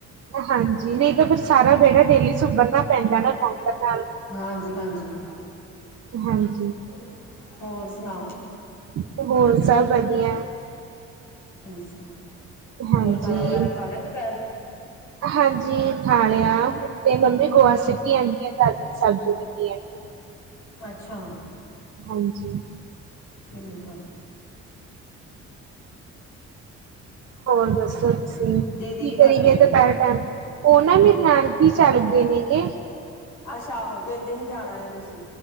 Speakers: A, on the right; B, on the left.
A: ਹਾਂਜੀ ਨਹੀਂ ਤਾਂ ਫਿਰ ਸਾਰਾ ਵਿਹੜਾ ਡੇਲੀ ਸੁੰਬਰਨਾ ਪੈਂਦਾ ਨਾ ਬੋਂਕਰ ਨਾਲ
B: ਹਾਂਜੀ ਹਾਂਜੀ
A: ਹਾਂਜੀ
B: ਤੇ ਹੋਰ ਸੁਣਾਓ
A: ਤੇ ਹੋਰ ਸਭ ਵਧੀਆ
B: ਅੱਛਾ
A: ਹਾਂਜੀ
B: ਹੋਰ ਖਾਣਾ ਵਗੈਰਾ ਖਾ ਲਿਆ ਦੁਪਹਿਰ ਦਾ
A: ਹਾਂਜੀ ਖਾ ਲਿਆ ਤੇ ਮੰਮੀ ਗੋਆ ਸਿੱਟੀ ਆਦੀ ਆ ਤੇ ਅਧ ਸਬਜ਼ੀ ਕੱਟੀ ਆਦੀ
B: ਅੱਛਾ
A: ਹਾਂਜੀ
B: ਠੀਕ ਆ
A: ਹੋਰ ਦੱਸੋ ਤੁਸੀਂ ਕੀ
B: ਦੀਦੀ ਕਰਦੇ
A: ਕਰੀਗਏ
B: ਪਏ
A: ਦੁਪਹਿਰ ਉਹ ਨਾ ਮੇਰੇ ਨਾਨਕੇ ਚੱਲਗੇ ਨੇਗੇ
B: ਅੱਛਾ ਆਹੋ ਕਹਿੰਦੇ ਹੀ ਜਾਣਾ ਆ ਤੁਸੀਂ